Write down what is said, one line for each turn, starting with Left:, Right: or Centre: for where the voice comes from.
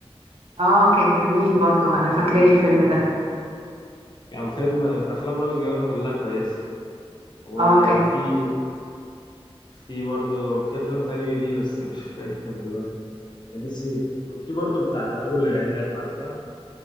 Right: اه كان جميل برضو انا فاكراه الفيلم ده
Left: <laughs> يعني فيلم افلام رامز جلال كلها كويسه وفي
Right: اه كان
Left: في برضه في افلام تانية ليه بس مش فاكر دلوقتي بس في برضه بتاع رجل العناب عارفه